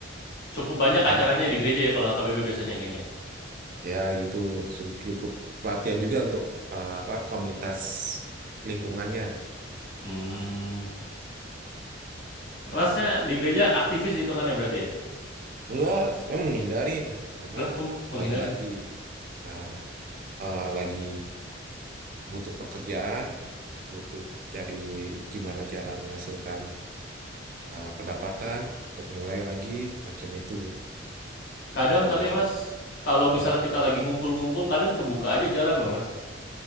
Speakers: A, on the left; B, on the right.
A: Cukup banyak
B: ya
A: acaranya di gereja ya kalau HKBP biasanya kayaknya.
B: ya gitu su- cukup perhatian juga untuk eh, apa komunitas lingkungannya
A: Hmm.
B: ya
A: Masnya di gereja aktivis hitungannya berarti ya?
B: enggak saya menghindarin karena
A: Loh, kamu
B: kembali
A: menghindarin?
B: lagi nah, eh, lagi butuh pekerjaan butuh cari gimana cara menghasilkan eh, pendapatan untuk mulai lagi macam itu
A: Kadang
B: itu
A: tapi Mas,
B: kok
A: kalau misalnya
B: nah
A: kita lagi ngumpul-ngumpul, kadang kebuka aja jalan loh Mas.